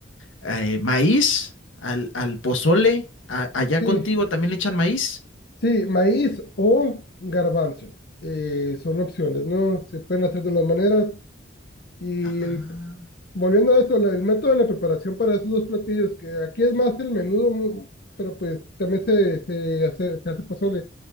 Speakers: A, on the left; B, on the left.
A: eh, maíz, al, al pozole. A- allá
B: Sí,
A: contigo también le echan maíz.
B: sí, maíz o garbanzo, eh, son opciones, ¿no? Se pueden hacer de las maneras, y
A: Ah, ah,
B: el, Volviendo a esto, la- el método de la preparación para esos dos platillos, que aquí es más el menudo, mu- pero pues también se, se hace, se hace pozole.